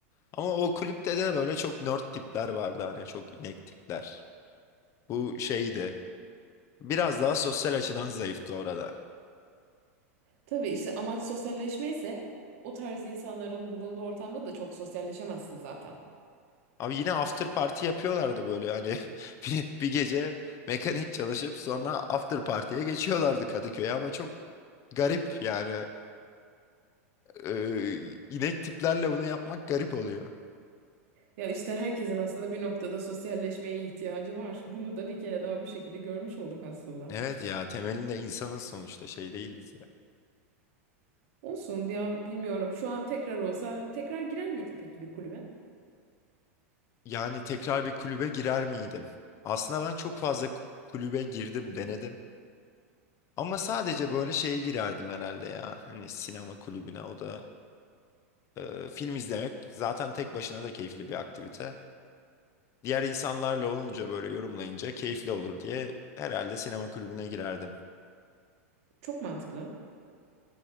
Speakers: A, on the left; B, on the right.
A: Ama o kulüpte de böyle çok nerd tipler vardı hani çok inek tipler. Bu şeydi. Biraz daha sosyal açıdan zayıftı orada.
B: Tabii işte amaç sosyalleşme ise o tarz insanların bulunduğu ortamda da çok sosyalleşemezsin zaten.
A: Abi yine after party yapıyorlardı böyle hani <laughs> bir, bir gece mekanik çalışıp sonra after party'ye geçiyorlardı Kadıköy'e ama çok garip yani Ee, inek tiplerle bunu yapmak garip oluyor.
B: Ya işte herkesin aslında bir noktada sosyalleşmeye ihtiyacı var. Bunu da bir kere daha bu şekilde görmüş olduk aslında.
A: Evet ya temelinde insanız sonuçta şey değiliz ya.
B: Olsun ya bilmiyorum. Şu an tekrar olsa tekrar girer miydin peki bir kulübe?
A: Yani tekrar bir kulübe girer miydim? Aslında ben çok fazla k- kulübe girdim, denedim. Ama sadece böyle şeye girerdim herhalde ya. Hani sinema kulübüne o da e, film izlemek zaten tek başına da keyifli bir aktivite. Diğer insanlarla olunca böyle yorumlayınca keyifli olur diye herhalde sinema kulübüne girerdim.
B: Çok mantıklı.